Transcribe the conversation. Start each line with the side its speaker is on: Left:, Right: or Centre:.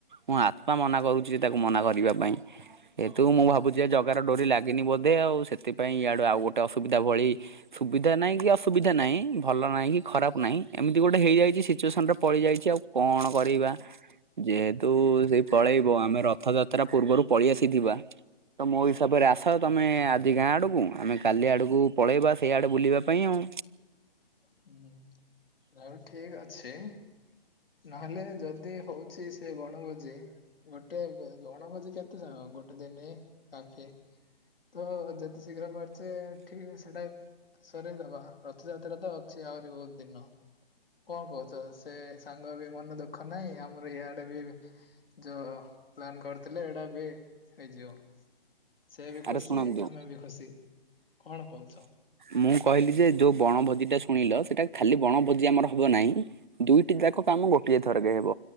Right: ମୁଁ ଆତ୍ମା ମନା କରୁଛି ତାକୁ ମନା କରିବା ପାଇଁ। ଏଥୁ ମୁଁ ଭାବୁଚି ଯେ ଜଗାର ଡୋରି ଲାଗିନି ବୋଧେ ଆଉ ସେଥିପାଇଁ ଇଆଡେ ଆଉ ଗୋଟେ ଅସୁବିଧା ଭଳି ସୁବିଧା ନାଇଁ କି ଅସୁବିଧା ନାହିଁ ଭଲ ନାହିଁ କି ଖରାପ ନାହିଁ ଏମିତି ଗୋଟେ ହେଇଯାଇଚି ସିଚୁଏସନରେ ପଡ଼ିଯାଇଛି ଆଉ କଣ କରିବା। ଯେହେତୁ ସେଇ ପଳେଇବ ଆମେ ରଥଯାତ୍ରା ପୂର୍ବରୁ ପଳେଇ ଆସିଥିବା। ତ ମୋ ହିସାବରେ ଆସ ତମେ ଆଜି ଗାଁ ଆଡକୁ ଆମେ କାଲି ଆଡ଼କୁ ପଳେଇବା ସେଇଆଡ଼େ ବୁଲିବା ପାଇଁ ଆଉ।
Left: ହୁଁ ତା ବି ଠିକି ଅଛି। ନହେଲେ ଯଦି ହଉଛି ସେ ବଣଭୋଜି ଗୋଟେ ବଣଭୋଜି କେତେ ଜଣ ଗୋଟେ ଦିନି କାଫି ତ ଯେତେ ଶୀଘ୍ର ପାରୁଛେ ଠିକି ସେଇଟା ସରେଇଦବା। ରଥଯାତ୍ରା ତ ଅଛି ଆହୁରି ବହୁତୁ ଦିନ କଣ କହୁଚ? ସେ ସାଙ୍ଗ ବି ମନ ଦୁଃଖ ନାହିଁ ଆମର ଇଆଡେ ବି ଯୋଉ ପ୍ଲାନ କରିଥିଲେ ଏଇଟା ବି ହେଇଯିବ। ସେଏବି
Right: ଆରେ
Left: ଖୁସି
Right: ଶୁଣନ୍ତୁ
Left: ଆମେ ବି ଖୁସି କଣ କହୁଚ?
Right: ମୁଁ କହିଲି ଯେ ଯୋଉ ବଣଭୋଜି ଟା ଶୁଣିଲ ସେଇଟା ଖାଲି ବଣଭୋଜି ଆମର ହବ ନାହିଁ। ଦୁଇଟି ଯାକ କାମ ଗୋଟିଏ ଥରକେ ହବ